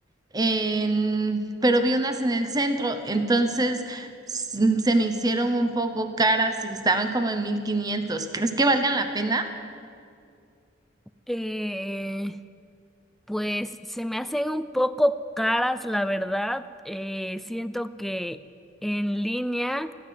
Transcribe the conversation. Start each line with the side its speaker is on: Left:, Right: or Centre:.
Right: en- pero vi unas en el centro, entonces s- se me hicieron un poco caras, estaban como en 1500. ¿Crees que valgan la pena?
Centre: Eh, pues se me hacen un poco caras, la verdad. Eh, siento que en línea